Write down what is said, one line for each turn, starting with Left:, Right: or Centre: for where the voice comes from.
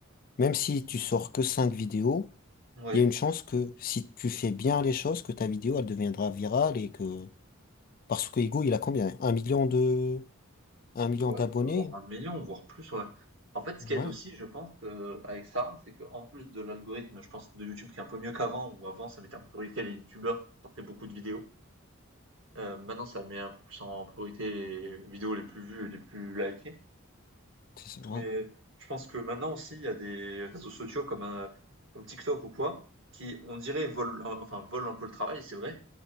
Left: même si tu sors que 5 vidéos,
Right: Ouais.
Left: il y a une chance que si tu fais bien les choses, que ta vidéo, elle deviendra virale et que, parce que Ego, il a combien? Un million de, un million
Right: Ouais,
Left: d'abonnés?
Right: il doit avoir 1 million, voire plus, ouais. En fait, ce
Left: Ouais,
Right: qui aide aussi, je pense, heu, avec ça, c'est que en plus de l'algorithme, je pense, de YouTube qui est un peu mieux qu'avant, ou avant, ça mettait en priorité les youtubeurs qui sortaient beaucoup de vidéos. Heu, maintenant, ça met un peu plus en priorité les vidéos les plus vues et les plus likées.
Left: c'est ça,
Right: Mais
Left: ouais,
Right: je pense que maintenant aussi, il y a des réseaux sociaux comme, heu, comme TikTok ou quoi, qui, on dirait, volent, en enfin, volent un peu le travail, c'est vrai,